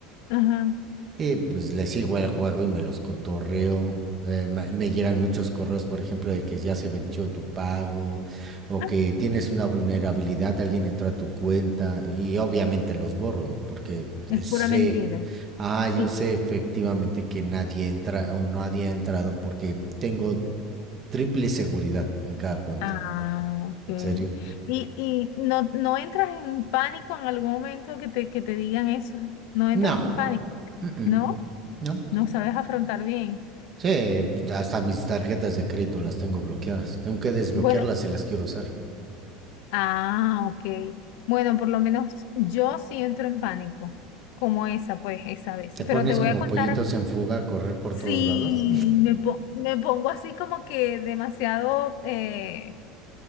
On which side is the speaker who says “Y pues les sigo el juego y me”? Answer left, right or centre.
Right